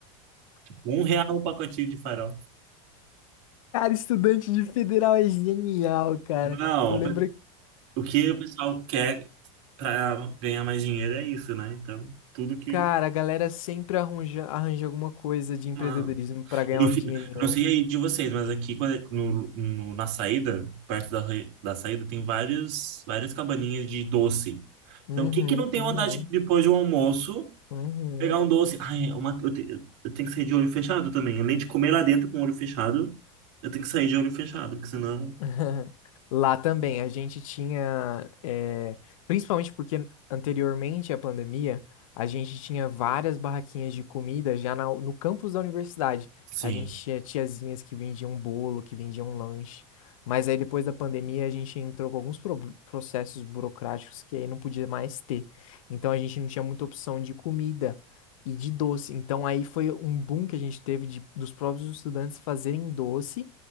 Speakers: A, on the right (about 60°); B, on the left (about 80°).
A: Um real o pacotinho de farofa.
B: Cara, estudante de federal é genial, cara.
A: Não,
B: Eu
A: o
B: lembro.
A: pe- o que o pessoal quer para ganhar mais dinheiro é isso, né? Então, tudo que.
B: Cara, a galera sempre arranja, arranja alguma coisa de empreendedorismo
A: Não.
B: pra ganhar
A: E no
B: um
A: fim-
B: dinheirinho.
A: eu não sei aí de vocês, mas aqui quando é- no, no- na saída, perto da, re- da saída, tem vários, várias cabaninhas de doce.
B: Uhum,
A: Então, quem que não tem
B: uhum,
A: vontade de, depois de um almoço
B: uhum.
A: pegar um doce? Ai, é uma, eu, te- eu tenho que sair de olho fechado também. Além de comer lá dentro com o olho fechado, eu tenho que sair de olho fechado, porque senão.
B: <laughs> Lá também, a gente tinha, eh, principalmente porque anteriormente à pandemia, a gente tinha várias barraquinhas de comida já na- no campus da universidade.
A: Sim,
B: A gente tinha tiazinhas que vendiam bolo, que vendiam lanche. Mas aí depois da pandemia, a gente entrou com alguns pro- processos burocráticos que aí não podia mais ter. Então a gente não tinha muita opção de comida e de doce. Então aí foi um boom que a gente teve de, dos próprios estudantes fazerem doce.